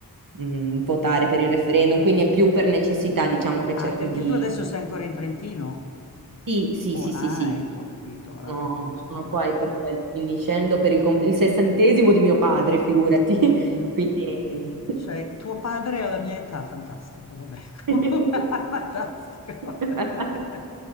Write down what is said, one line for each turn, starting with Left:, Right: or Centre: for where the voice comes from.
Right: mh, votare per il referendum, quindi è più per necessità, diciamo che
Left: Ah,
Right: cerco
Left: perché
Right: di...
Left: tu adesso sei ancora in Trentino?
Right: Sì, sì,
Left: Oh,
Right: sì,
Left: ah,
Right: sì, sì,
Left: ecco, ho capito, ho
Right: sono,
Left: capito.
Right: sono
Left: Ah,
Right: qua
Left: ah,
Right: e
Left: ah.
Right: per quello, quindi scendo per il, comp- il sessantesimo di mio padre, figurati.
Left: Oddio.
Right: <laughs> Quindi...
Left: Cioè, tuo padre alla mia età, fantastico, vabbè,
Right: <laughs>
Left: <laughs> fantastico, vabbè.
Right: Però